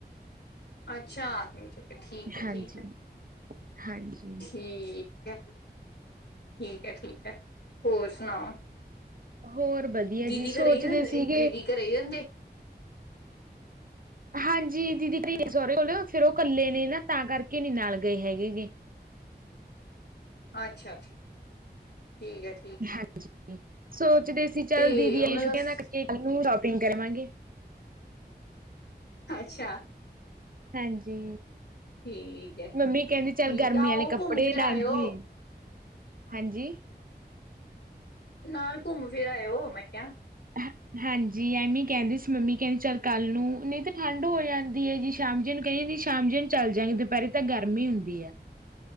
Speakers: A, on the left; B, on the right.
A: ਅੱਛਾ, ਠੀਕ ਐ
B: ਹਾਂਜੀ
A: ਠੀਕ ਐ,
B: ਹਾਂਜੀ।
A: ਠੀਕ ਕੈ, ਠੀਕ ਐ ਠੀਕ ਐ, ਹੋਰ ਸੁਣਾਓ।
B: ਹੋਰ ਵਧੀਆ
A: ਦੀਦੀ
B: ਜੀ ਸੋਚਦੇ
A: ਘਰੇ ਈ ਰੈਂਦੇ,
B: ਸੀਗੇ
A: ਦੀਦੀ ਘਰੇ ਈ ਰੈਹੰਦੇ।
B: ਹਾਂਜੀ ਦੀਦੀ ਸੋਹਰੇ ਫੇਰ ਓਹ ਇਕੱਲੇ ਨੇ ਨਾ ਤਾਂ ਕਰਕੇ ਨੀ ਨਾਲ ਗਏ ਹੈਗੇ ਗੇ।
A: ਅੱਛਾ-ਅੱਛਾ, ਠੀਕ ਐ।
B: ਹਾਂਜੀ, ਸੋਚਦੇ ਸੀ ਚੱਲ
A: ਤੇ
B: ਦੀਦੀ
A: ਉਹਨਾਂ
B: ਆ ਛੁੱਟੀਆਂ
A: ਦਾ ਸ-
B: ਤੱਕ ਕੇ ਨੂੰ ਸ਼ੋਪਿੰਗ ਕਰਵਾਂਗੇ।
A: ਅੱਛਾ।
B: ਹਾਂਜੀ,
A: ਠੀਕ ਹੈ
B: ਮੰਮੀ ਕੈਹੰਦੀ
A: ਠੀਕ
B: ਚੱਲ ਗਰਮੀ
A: ਆ ਆਹੋ
B: ਆਲੇ ਕੱਪੜੇ
A: ਘੁੰਮ ਫਿਰ
B: ਨਾਲ
A: ਆਇਓ
B: ਹੀ ਹਾਂਜੀ।
A: ਨਾਲ ਘੁੰਮ ਫਿਰ ਆਇਓ ਮੈਂ ਕੇਆ।
B: ਹਾਂ- ਹਾਂਜੀ ਐਮੀ ਕੈਹੰਦੀ ਸੀ ਮੰਮੀ ਕੈਹੋਦ ਚੱਲ ਕੱਲ ਨੂੰ ਨਈ ਤੇ ਠੰਢ ਹੋ ਜਾਂਦੀ ਐ ਜੀ। ਸ਼ਾਮ ਜੇ ਨੂੰ ਕੈਹਿੰਦੀ ਸ਼ਾਮ ਜੇ ਨੂੰ ਚੱਲ ਜਾਂਗੇ, ਦੁਪੈਰੇ ਤਾਂ ਗਰਮੀ ਹੁੰਦੀ ਆ।